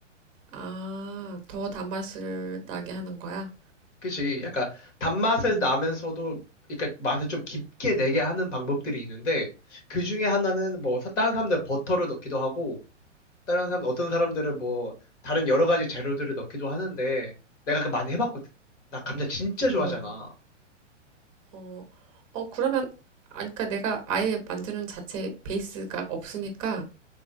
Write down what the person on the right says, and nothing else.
아, 더 단맛을 나게 하는 거야?
응,
어. 어, 어, 그러면, 아, 그러니까 내가 아예 만드는 자체 베이스가 없으니까,